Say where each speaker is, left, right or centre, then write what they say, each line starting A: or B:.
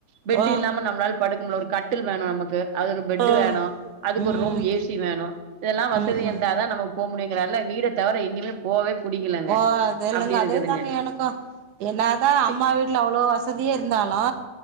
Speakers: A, on the right; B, on the right.
A: பெட்
B: ஓ
A: இல்லாம நம்ளால படுக்க முடில ஒரு கட்டில் வேணு நமக்கு அது ஒரு பெட்டு
B: ஓ
A: வேணு அதுக்கு
B: ம்
A: ஒரு ரூம் ஏ சி வேணு இதெல்லா வசதி
B: ம் ம்
A: இருந்தாதா நமக் போ முடியுங்றால வீட தவிர எங்குமே போவே புடிக்கலங்க
B: ஓ அது இல்லங்க
A: அப்டி இருக்குதுங்க
B: அதேதாங்க எனக்கு என்னா தா
A: சி
B: அம்மா வீட்ல அவ்ளோ வசதியே இருந்தாலு